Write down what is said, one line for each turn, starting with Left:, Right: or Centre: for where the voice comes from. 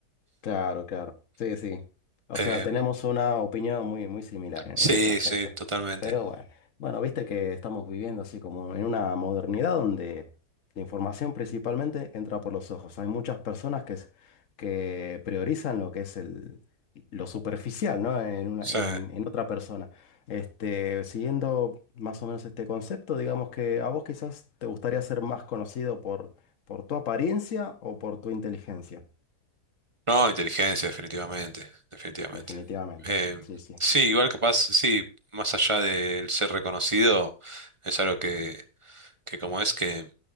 Left: Claro, claro. Sí, sí. O
Right: Eh,
Left: sea, tenemos una opinión muy, muy similar en,
Right: sí,
Left: en este aspecto.
Right: sí, totalmente.
Left: Pero bueno, bueno, viste que estamos viviendo así como en una modernidad donde la información principalmente entra por los ojos. Hay muchas personas que, es- que priorizan lo que es el, lo superficial, ¿no? En una,
Right: Sí.
Left: en, en otra persona. Este, siguiendo más o menos este concepto, digamos que a vos quizás te gustaría ser más conocido por, por tu apariencia o por tu inteligencia.
Right: No, inteligencia, definitivamente, definitivamente.
Left: Definitivamente,
Right: Eh,
Left: sí, sí.
Right: sí, igual capaz, sí, más allá del ser reconocido, es algo que, que como es que